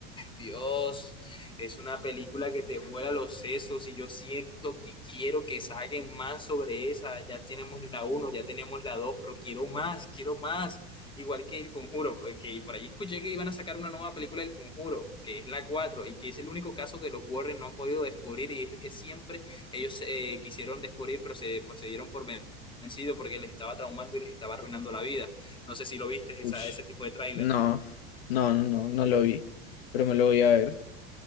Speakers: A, on the left; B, on the left.
A: Dios, es una película que te vuela los sesos y yo siento que quiero que saquen más sobre esa. Ya tenemos la uno, ya tenemos la 2, pero quiero más, quiero más. Igual que El Conjuro, que por ahí escuché que iban a sacar una nueva película del Conjuro, que es la 4 y que es el único caso que los Warren no han podido descubrir y es el que siempre ellos eh, quisieron descubrir, pero se, pues, se dieron por vencido porque les estaba traumando y les estaba arruinando la vida. No sé si lo viste esa-
B: ushi.
A: ese tipo de tráiler.
B: No, no, no, no, no lo vi. Pero me lo voy a ver.